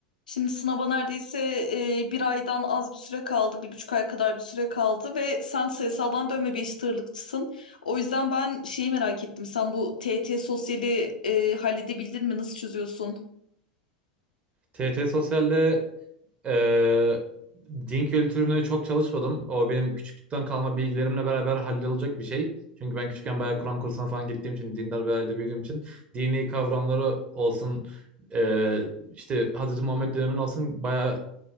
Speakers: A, on the left; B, on the right.
A: Şimdi sınava neredeyse e, bir aydan az bir süre kaldı, bir buçuk ay kadar bir süre kaldı ve sen sayısaldan dönme bir eşit ağırlıkçısın. O yüzden ben şeyi merak ettim. Sen bu TYT sosyali e, halledebildin mi? Nasıl çözüyorsun?
B: TT Sosyal'de eee, din kültürünü çok çalışmadım. O benim küçüklükten kalma bilgilerimle beraber hallolacak bir şey. Çünkü ben küçükken bayağı Kur'an kursuna falan gittiğim için, dindar bir ailede büyüdüğüm için dini kavramları olsun, eee, işte Hz. Muhammed dönemin olsun bayağı